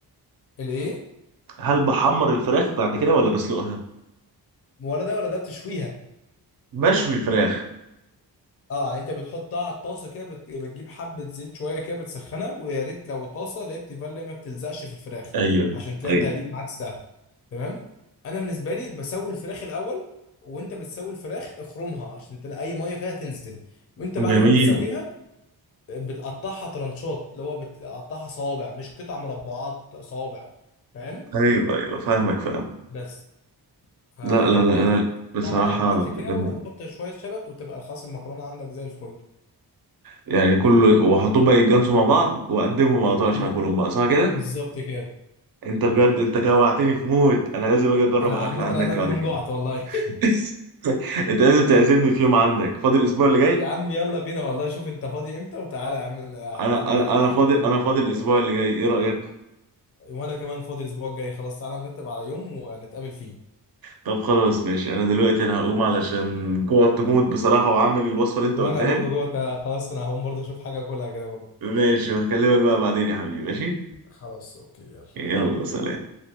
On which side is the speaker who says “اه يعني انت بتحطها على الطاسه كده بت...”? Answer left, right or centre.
Left